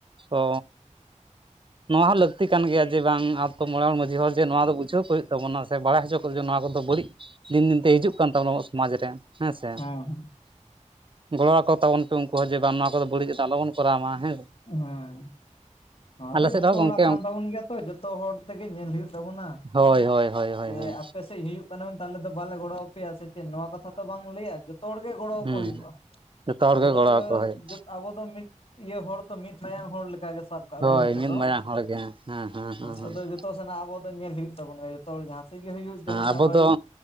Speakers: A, on the right (about 40°); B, on the left (about 50°).
A: ᱛᱚᱻ ᱱᱚᱣᱟ ᱦᱚᱸ ᱞᱟᱹᱠᱛᱤ ᱠᱟᱱ ᱜᱮᱭᱟ ᱡᱮ ᱵᱟᱝ ᱟᱯᱠᱳ ᱢᱟᱨᱟᱝ ᱢᱟᱺᱡᱷᱤ ᱦᱚᱲ ᱡᱮ ᱱᱚᱣᱟ ᱫᱚ ᱵᱩᱡᱷᱟᱹᱣ ᱠᱚ ᱦᱩᱭᱩᱜ ᱛᱟᱵᱚᱱᱟ ᱥᱮ ᱵᱟᱲᱟᱭ ᱦᱚᱪᱚ ᱠᱚᱜᱮ ᱱᱚᱣᱟ ᱠᱚᱫᱚ ᱵᱟᱹᱲᱤᱡ ᱫᱤᱱ ᱫᱤᱱᱛᱮ ᱦᱤᱡᱩᱜ ᱠᱟᱱ ᱛᱟᱵᱚᱱᱟ ᱟᱵᱚᱣᱟᱜ ᱥᱚᱢᱟᱡ ᱨᱮ ᱦᱮᱸᱥᱮ!
B: ᱦᱮᱸ
A: ᱜᱚᱲᱚ ᱟᱠᱚ ᱛᱟᱵᱚᱱ ᱯᱮ ᱩᱱᱠᱩ ᱦᱚᱸ ᱡᱮ ᱵᱟᱝ ᱱᱚᱣᱟ ᱠᱚᱫᱚ ᱵᱟᱹᱲᱤᱡᱟᱜ ᱫᱚ ᱟᱞᱚᱵᱚᱱ ᱠᱚᱨᱟᱣ ᱢᱟ ᱦᱮᱸᱥᱮ᱾
B: <unintelligible> ᱱᱳᱣᱟᱫᱚ
A: ᱥᱮᱫ
B: ᱡᱚᱛᱚ
A: ᱦᱚᱸ ᱜᱚᱝᱠᱮ
B: ᱦᱚᱲᱟᱜ ᱠᱟᱱ ᱛᱟᱵᱚᱱ ᱜᱮᱭᱟ ᱛᱚ, ᱡᱚᱛᱚ ᱦᱚᱲ ᱛᱮᱜᱮ ᱧᱮᱞ ᱦᱩᱭᱩᱜ ᱛᱟᱵᱚᱱᱟ,
A: ᱦᱳᱭ ᱦᱳᱭ ᱦᱳᱭ ᱦᱳᱭ
B: ᱡᱮ
A: ᱦᱳᱭ
B: ᱟᱯᱮ ᱥᱮᱫ ᱦᱩᱭᱩᱜ ᱢᱮᱱᱛᱮ ᱟᱞᱮ ᱫᱚ ᱵᱟᱞᱮ ᱜᱚᱲᱚᱣᱟᱯᱮᱭᱟ ᱥᱮ ᱪᱮᱫ ᱱᱚᱣᱟ ᱠᱟᱛᱷᱟ ᱛᱚ ᱵᱟᱝ ᱞᱟᱹᱭᱟ, ᱡᱚᱛᱚ ᱦᱚᱲᱜᱮ ᱜᱚᱲᱚᱣᱟᱠᱚ
A: ᱦᱩᱸ
B: ᱦᱩᱭᱩᱜᱼᱟ᱾
A: ᱡᱚᱛᱚ ᱦᱚᱲ
B: ᱟᱵᱚ
A: ᱜᱮ
B: ᱫᱚᱻᱡᱚᱛ
A: ᱜᱚᱲᱚᱣᱟᱠᱚ ᱦᱩᱭᱩᱜ
B: ᱟᱵᱚ ᱫᱚ ᱢᱤᱫ ᱤᱭᱟᱹ ᱦᱚᱲ ᱛᱚ ᱢᱤᱫ ᱢᱟᱭᱟ ᱦᱚᱲ ᱞᱮᱠᱟ ᱜᱮ ᱥᱟᱵ ᱠᱟᱜ
A: ᱦᱳᱭ
B: ᱵᱮᱱ ᱱᱤᱛᱚᱜ
A: ᱢᱤᱫ
B: ᱫᱚ
A: ᱢᱟᱭᱟᱝ ᱦᱚᱲ ᱜᱮ ᱦᱩᱸ ᱦᱩᱸᱦᱩ
B: ᱱᱤᱛᱚᱜ
A: ᱦᱩᱸ
B: ᱫᱚ
A: ᱾
B: ᱡᱚᱛᱚ ᱥᱮᱱᱟᱜ ᱟᱵᱚ ᱫᱚ ᱧᱮᱞ ᱦᱩᱭᱩᱜ ᱛᱟᱵᱚᱱ ᱜᱮ ᱡᱚᱛ- ᱛᱚᱞ ᱡᱟᱦᱟᱸᱥᱮᱫ ᱜᱮ ᱦᱩᱭᱩᱜ ᱡᱟᱦᱟᱸᱱᱟᱜ
A: ᱟᱵᱚ
B: ᱵᱟᱹᱲᱤᱡ,
A: ᱫᱚ